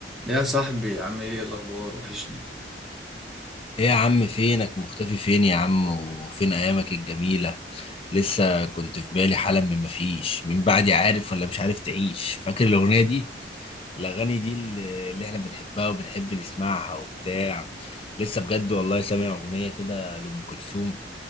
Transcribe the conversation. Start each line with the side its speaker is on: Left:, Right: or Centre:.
Centre: يا صاحبي عامل ايه الاخبار وحشني
Left: ايه يا عم فينك مختفي فين يا عم وفين ايامك الجميلة لسه كنت في بالي حالا من مفيش من بعدي عارف ولا مش عارف تعيش فاكر الاغنية دي الاغاني دي اللي اللي احنا بنحبها وبنحب نسمعها وبتاع لسه بجد والله سامع اغنية كده لأم كلثوم